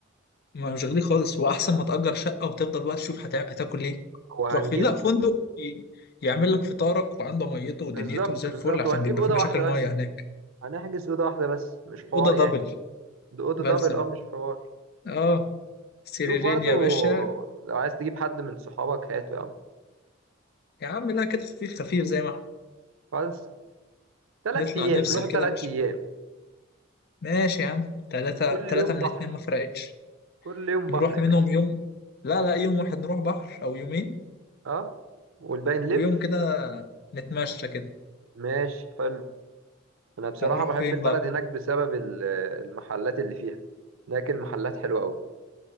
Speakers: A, on the left; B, on the right.
A: ما مش غالي خالص واحسن ما تأجر شقة وتفضل بقى تشوف هتع- هتاكل ايه
B: وهنجيب
A: تروح فين لا فندق ي- يعمل لك فطارك وعنده ميته ودنيته
B: بالظبط
A: زي الفل
B: بالظبط
A: عشان
B: وهنجيب
A: بيبقى
B: أوضة
A: في مشاكل
B: واحدة
A: ميه
B: بس
A: هناك
B: هنحجز أوضة واحدة بس مش حوار
A: اوضه
B: يعني
A: دبل
B: ده أوضة دبل
A: بلسم
B: أه مش حوار
A: اه سريرين
B: شوف برضو
A: يا باشا
B: لو عايز تجيب حد من صحابك هاته يا عم
A: يا عم لا كده خفيف خفيف زي ما احنا.
B: خالص تلات
A: نطلع
B: أيام
A: نفصل
B: نروح تلات
A: كده يا باشا
B: أيام
A: ماشي يا عم تلاتة
B: كل
A: تلاتة
B: يوم
A: من
B: بحر
A: اتنين ما فرقتش
B: كل يوم
A: نروح
B: بحر يا
A: منهم
B: باشا
A: يوم لا لا يوم واحد نروح بحر او يومين
B: أه والباقي نلف
A: ويوم كده نتمشى كده
B: ماشي حلو أنا بصراحة
A: هنروح
B: بحب
A: فين
B: البلد
A: بقى
B: هناك بسبب ال- المحلات اللي فيها هناك المحلات حلوة أوي